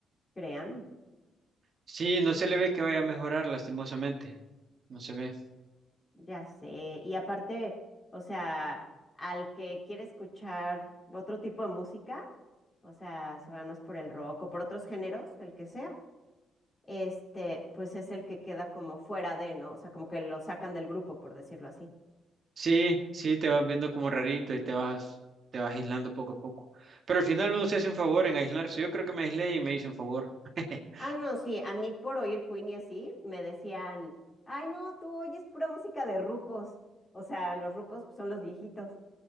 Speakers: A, on the left (about 20°); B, on the right (about 50°).
A: creando.
B: Sí, no se le ve que vaya a mejorar, lastimosamente. No se ve.
A: Ya sé, y aparte, o sea, al que quiere escuchar otro tipo de música, o sea, se van más por el rock o por otros géneros, el que sea, este, pues es el que queda como fuera de, ¿no? O sea, como que lo sacan del grupo, por decirlo así.
B: Sí, sí, te vas viendo como rarito y te vas, te vas aislando poco a poco. Pero al final uno se hace un favor en aislarse. Yo creo que me aislé y me hice un favor. <laughs>
A: Ah, no, sí, a mí por oír Queen y así, me decían, ay, no, tú oyes pura música de rucos. O sea, los rucos pues, son los viejitos.